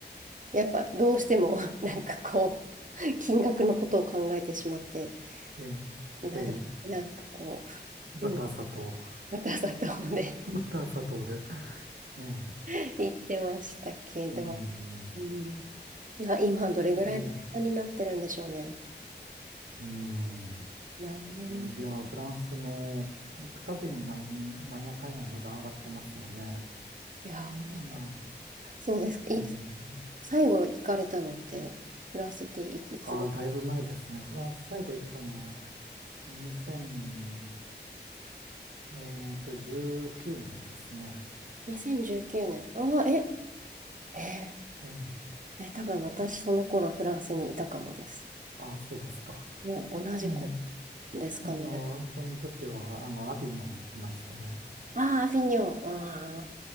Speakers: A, on the right; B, on the right.
A: やっぱどうしても <laughs> なんかこう、金額のことを考えてしまって、
B: えー、
A: なる、
B: えー
A: なんかこ
B: バター砂糖。
A: う、うん、ガタガタで
B: <laughs> バター砂糖で。ね
A: <laughs> 言ってましたけど、
B: え、うん。ね
A: うん、あ、今どれぐらいの値段になってるんでしょうね。
B: えー、うん。
A: 何年前。
B: はいいや、フランスも、行くたびになん、なんやかんや値段上がってますよね。
A: いやー、
B: なん、
A: そうですか。
B: えー
A: い、最後行かれたのって、フランスってい、いつ頃
B: ああ、だいぶ前ですね。フランス最後行ったの、2 0えっと、19年ですね。
A: 2019年。ああ、え、え
B: ええ、
A: ー、え、多分私その頃フランスにいたかもです。
B: ああ、そうですか。
A: ね、同じ子
B: ええ、
A: ですかね。
B: あの、その時は、あの、アビニョン行きましたね。
A: ああ、アビニョン。あ